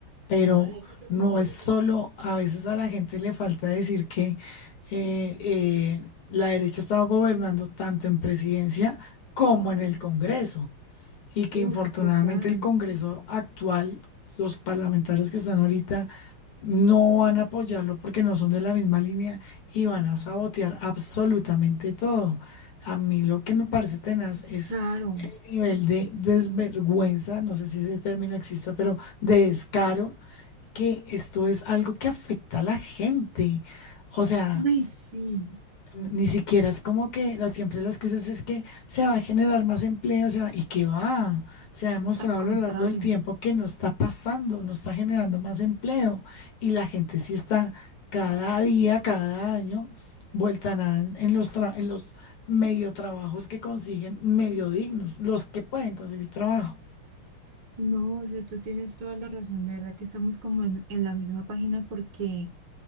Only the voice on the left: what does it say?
pero
no es solo, a veces a la gente le falta decir que eh, eh, la derecha ha estado gobernando tanto en presidencia como en el Congreso y que
infortunadamente
el Congreso actual, los parlamentarios que están ahorita, no van a apoyarlo porque no son de la misma línea y van a sabotear absolutamente todo. A mí lo que me parece tenaz es
el nivel de desvergüenza, no sé si ese término exista, pero de descaro, que esto es algo que afecta a la gente. O sea...
Ni siquiera es como que la- siempre las cosas es que se va a generar más empleo, o sea, y qué va, se ha demostrado
a lo largo del tiempo que no está pasando, no está generando más empleo y la gente sí está cada día, cada año, vuelta a nada en, en los, tra- en los medio trabajos que consiguen, medio dignos, los que pueden conseguir trabajo.